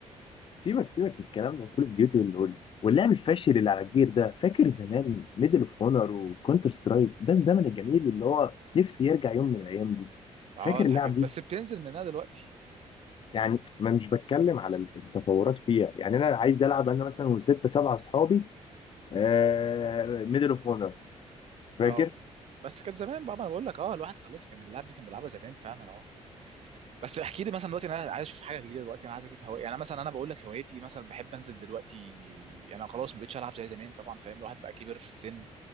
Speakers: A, on the left (about 45°); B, on the right (about 55°).
A: سيبك سيبك من الكلام ده كول اوف ديوتي وال- واللعب الفاشل اللي على كبير ده فاكر زمان ميدل اوف هونر وكونتر سترايك ده الزمن الجميل اللي هو نفسي يرجع يوم من الايام دي
B: اه
A: فاكر
B: الحاجات
A: اللعب دي
B: بس بتنزل منها دلوقتي
A: يعني ما مش بتكلم على التطورات فيها يعني انا عايز العب انا مثلا وستة سبعة اصحابي آه ميدل اوف هونر فاكر
B: اه بس كان زمان بقى ما انا بقول لك اه الواحد خلاص كان اللعب دي كان بيلعبها زمان فعلا اه بس احكي لي مثلا دلوقتي انا عايز اشوف حاجه جديده دلوقتي انا عايز اجيب هوايه يعني مثلا انا بقول لك هوايتي مثلا بحب انزل دلوقتي انا خلاص ما بقتش العب زي زمان طبعا فاهم الواحد بقى كبر في السن